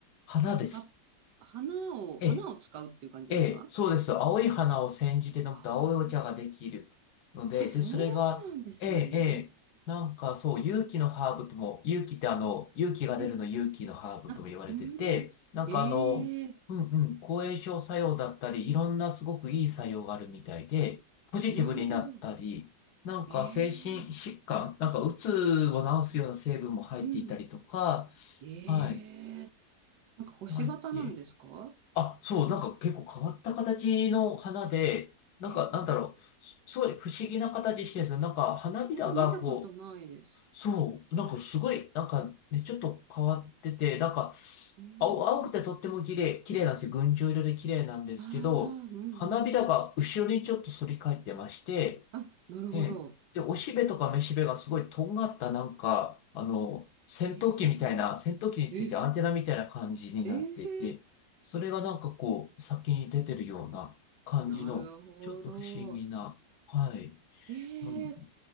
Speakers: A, on the left (about 70°); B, on the right (about 75°).
A: 花です。
B: は、花を、
A: ええ
B: 花を使うっていう感じですか
A: ええ、そうです。青い花を煎じて飲むと青いお茶ができるので、
B: あああ、そうなんですね。
A: で、それが、ええ、ええ、なんかそう、勇気のハーブとも、勇気ってあの、勇気が出るの勇気のハーブとも言われてて、
B: え、あ、うん。
A: なんかあの、
B: ええ
A: うんうん、抗炎症作用だったり、いろんなすごくいい作用があるみたいで、ポジティブになったり、
B: なるほど。
A: なんか精神疾患、
B: え
A: なんかうつを治すような成分も入っていたりとか、
B: うん。ええ
A: はい。
B: なんか星型なんですか
A: はい。あ、そう、なんか結構変わった形の花で、なんかなんだろう、
B: え、
A: すすごい不思議な形してるんですよ。なんか花びらがこう、
B: え見たことないです。
A: そう、なんかすごい、なんかね、ちょっと変わってて、なんか、
B: うん。
A: 青、青くてとっても綺麗、綺麗なんですよ。群青色で綺麗なんですけど、
B: ああ、うんうん。
A: 花びらが後ろにちょっと反り返ってまして、
B: あ、なるほど。
A: ええ。で、おしべとかめしべがすごいとんがったなんか、あの、戦闘機みたいな、
B: ええ
A: 戦闘機についてアンテナみたいな感じになっていて、
B: え、ええ
A: それがなんかこう、先に出てるような感じの、
B: なるほど。
A: ちょっと不思議な、はい。
B: ええ
A: もので